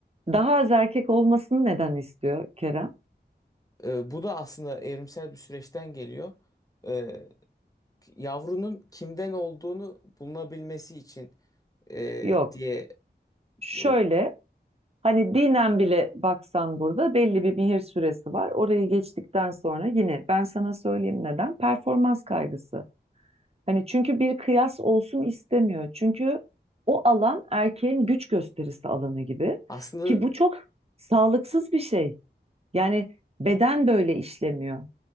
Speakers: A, on the right; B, on the left.
A: daha az erkek olmasını neden istiyor Kerem?
B: e, bu da aslında evrimsel bir süreçten geliyor. E, yavrunun kimden olduğunu bulunabilmesi için e,
A: Yok.
B: diye
A: Şöyle
B: e,
A: hani dinen bile baksan burada belli bir mihir süresi var. Orayı geçtikten sonra yine ben sana söyleyeyim neden? Performans kaygısı. Hani çünkü bir kıyas olsun istemiyor. Çünkü o alan erkeğin güç gösterisi alanı gibi
B: aslında
A: ki bu çok sağlıksız bir şey. Yani beden böyle işlemiyor.